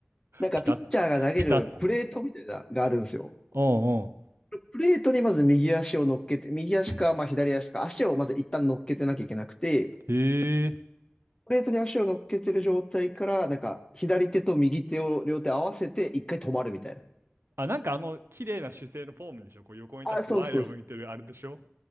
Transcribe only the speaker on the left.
なんか、
ピッチャーが投げるプレートみたいな、
があるんですよ。
プレートにまず右足を乗っけて、右足か、
まあ左足か、足をまず一旦乗っけてなきゃいけなくて、
プレートに足を乗っけてる状態から、なんか、左手と右手を両手合わせて、一回止まるみたいな。
あ、そうそうです。